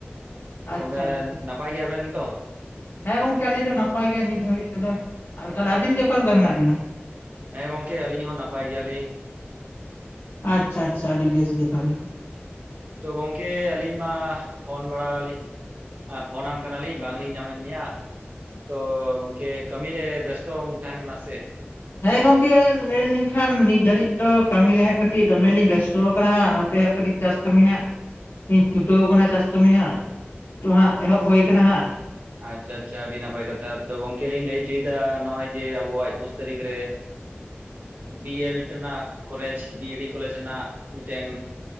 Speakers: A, on the right (about 45°); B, on the left (about 65°).
A: ᱾
B: ᱟᱪᱪᱷᱟ
A: ᱛᱳ
B: ᱟᱪᱪᱷᱟ
A: ᱱᱟᱯᱟᱭ ᱜᱮᱭᱟᱵᱮᱱ ᱛᱚ?
B: ᱦᱮᱸ ᱜᱚᱝᱠᱮ ᱾ ᱟᱹᱞᱤᱧ ᱫᱚ ᱱᱟᱯᱟᱭ ᱜᱮᱭᱟ ᱱᱤᱛ ᱫᱷᱟᱹᱵᱤᱡ ᱛᱮᱫᱚ ᱾ ᱛᱟᱦᱚᱞᱮ ᱟᱵᱤᱱ ᱜᱮ ᱚᱠᱟ ᱞᱮᱠᱟ ᱢᱮᱱᱟᱜ ᱵᱤᱱᱟ?
A: ᱦᱮᱸ ᱜᱚᱝᱠᱮ ᱾ ᱟᱹᱞᱤᱧ ᱦᱚᱸ ᱱᱟᱯᱟᱭ ᱜᱮᱭᱟᱞᱤᱧ ᱾
B: ᱟᱪᱪᱷᱟ ᱟᱪᱪᱷᱟ ᱾ ᱟᱹᱰᱤ ᱵᱮᱥ ᱜᱮ ᱛᱟᱦᱚᱞᱮ ᱾
A: ᱛᱚ ᱜᱚᱢᱠᱮ ᱟᱹᱞᱤᱧ ᱢᱟ ᱯᱷᱳᱱ ᱵᱟᱲᱟᱞᱤᱧ ᱟᱨ ᱯᱷᱳᱱᱟᱢ ᱠᱟᱱᱟ ᱞᱤᱧ ᱵᱟᱝ ᱞᱤᱧ ᱧᱟᱢᱮᱫ ᱢᱮᱭᱟ ᱾ ᱛᱚ ᱜᱚᱝᱠᱮ ᱠᱟᱹᱢᱤᱨᱮ ᱵᱮᱥᱛᱚᱢ ᱛᱟᱦᱮᱱ ᱠᱟᱱᱟ ᱥᱮ ᱪᱮᱫ
B: ᱦᱮᱸ ᱜᱚᱢᱠᱮ ᱞᱟᱹᱭ ᱞᱮᱱ ᱠᱷᱟᱱ ᱱᱤᱛᱚ ᱫᱷᱟᱹᱨᱤᱡ ᱫᱚ ᱠᱟᱹᱢᱤ ᱨᱮ ᱦᱟᱸᱜ ᱠᱟᱹᱴᱤᱡ ᱫᱚᱢᱮ ᱞᱤᱧ ᱵᱮᱥᱛᱚ ᱟᱠᱟᱱᱟ ᱦᱟᱜ ᱚᱱᱛᱮ ᱦᱟᱸᱜ ᱠᱟᱹᱴᱤᱡ ᱪᱟᱥ ᱠᱟᱹᱢᱤ ᱦᱟᱸᱜ ᱤᱧ ᱪᱷᱩᱴᱟᱹᱣ ᱟᱠᱟᱱᱟ ᱪᱟᱥ ᱠᱟᱹᱢᱤ ᱦᱟᱸᱜ ᱛᱚ ᱦᱟᱸᱜ ᱮᱦᱚᱵ ᱦᱩᱭ ᱟᱠᱟᱱᱟ ᱦᱟᱸᱜ
A: ᱟᱪᱪᱷᱟ ᱟᱪᱪᱷᱟ ᱾ ᱟᱹᱰᱤ ᱱᱟᱯᱟᱭ ᱠᱟᱛᱷᱟ ᱾ ᱛᱚ ᱜᱚᱝᱠᱮ ᱞᱤᱧ ᱞᱟᱹᱭ ᱚᱪᱚᱭᱮᱫᱟ ᱱᱚᱜᱼᱚᱭ ᱡᱮ ᱟᱵᱚᱣᱟᱜ ᱮᱠᱩᱥ ᱛᱟᱹᱨᱤᱠᱷ ᱨᱮ
B: <inaudible>
A: ᱵᱤ ᱮᱰ ᱨᱮᱱᱟᱜ college B E D college ᱨᱮᱱᱟᱜ ᱢᱤᱫᱴᱮᱱ